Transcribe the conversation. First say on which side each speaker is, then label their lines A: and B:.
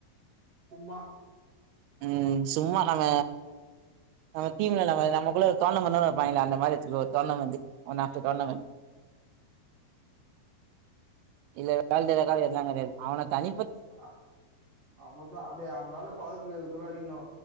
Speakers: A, on the right (about 40°); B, on the right (about 85°).
A: சும்மா
B: உஹம் சும்மா நம்ம நம்ம தீம்ல நம்ம நம்மக்குள்ள டோர்னமெண்ட் எல்லா வெப்பாங்களே அந்த மாரி எத்துக்கோ tournament one of the tournament இதுல <unintelligible> எல்லா கெடையாது அவன தனி
A: அ அவளதா அதே அதனால பாதுக்குலதுக்குள்ள அடிக்கணு